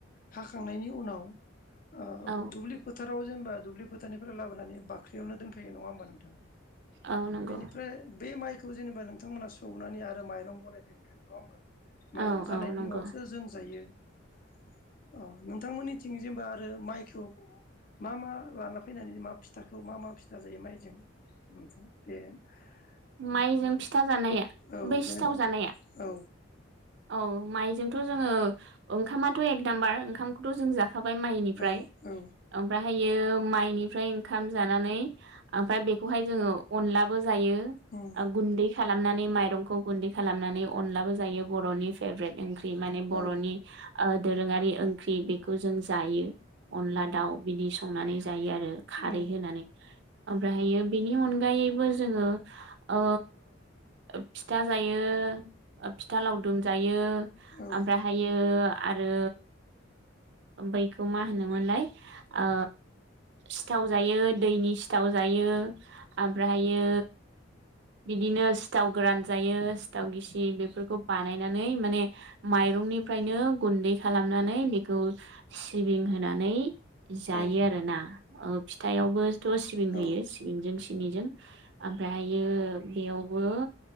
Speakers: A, on the left; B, on the right.
A: हाखांनायनि उनाव ओ
B: औ
A: दुब्लि फोथार फ्राव जेनेबा दुब्लि फोथारनिफ्राय लाबोनानै बाख्रियाव दोनफैयो नङा होनबा नोंथां?
B: औ नंगौ
A: बिनिफ्राय बे माइखौ जेनेबा नोंथांमोना सौनानै आरो माइ माइरं बानायफिनगोन नङा होमबा माइरं
B: औ
A: जानायनि
B: औ नंगौ
A: उनावसो जों जायो। औ नोंथांमोननिथिं जेनेबा आरो माइखौ मा मा लाना फैनानै मा फिथाखौ मा मा फिथा जायो माइजों? मोनसां तेन ओ
B: माइजों फिथा जानाया
A: औ
B: बै
A: जेनेबा
B: सिथाव जा जानाया
A: औ
B: औ माइजों जोंओ ओंखामाथ एकनाम्बार ओंखामखौथ जों जाखाबाय माइनिफ्राय
A: औ औ
B: ओमफ्राय ओमफायो माइनिफ्राय ओंखाम जानानै ओमफ्राय बेखौहाय जोङो अनलाबो जायो।
A: उम
B: गुन्दै खालामनानै माइरंखौ गुन्दै खालामनानै अनलाबो जायो बरनि फेभरेट ओंख्रि माने बरनि
A: औ
B: ओ दोरोङारि ओंख्रि बेखौ जों जायो अनला दाउ बिनि संनानै जायो आरो खारै
A: उम
B: होनानै ओमफ्रायहायो बेनि अनगायैबो जोङो ओ फिथा जायो फिथा लावदुम जायो
A: औ
B: ओमफ्रायहायो आरो बैखौ मा होनोमोनलाय आ सिथाव जायो दैनि सिथाव जायो ओमफ्रायहायो बिदिनो सिथाव गोरान जायो सिथाव गिसि बेफोरखौ बानायनानै माने माइरं रंनिफ्रायनो गुन्दै खालामनानै बेखौ सिबिं होनानै जायो
A: औ
B: आरोना फिथायावबोथ सिबिं
A: औ
B: होयो सिबिंजोंं सिनिजों ओमफ्रायो बेयावबो